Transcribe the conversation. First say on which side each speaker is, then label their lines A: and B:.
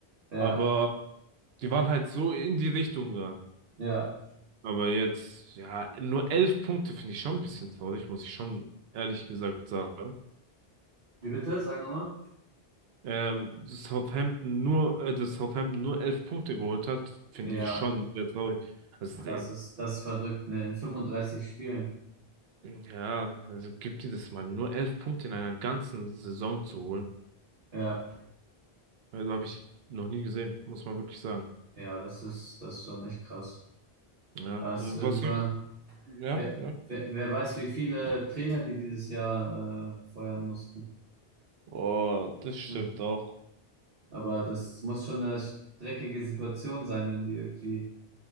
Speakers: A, on the right; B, on the right.
A: Ja,
B: Aber die waren halt so in die Richtung da.
A: ja.
B: Aber jetzt, ja, nur elf Punkte finde ich schon ein bisschen traurig, muss ich schon ehrlich gesagt sagen.
A: Wie bitte? Sag nochmal.
B: Ähm, dass Southampton nur, äh, dass Southampton nur elf Punkte geholt hat, finde
A: Ja,
B: ich schon sehr traurig. Also,
A: das
B: äh,
A: ist das ist verrückt, ne? In 35 Spielen.
B: ja, also gibt dir das mal, nur elf Punkte in einer ganzen Saison zu holen.
A: Ja,
B: Also habe ich noch nie gesehen, muss man wirklich sagen.
A: ja, das ist das ist schon echt krass.
B: Ja,
A: Da ist
B: und
A: irgendwann,
B: was ich, ja,
A: wer,
B: ja.
A: wer, wer weiß, wie viele Trainer die dieses Jahr äh, feuern mussten. <laughs>
B: Oh, das stimmt
A: Hm.
B: auch.
A: Aber das muss schon eine dreckige Situation sein, wenn die irgendwie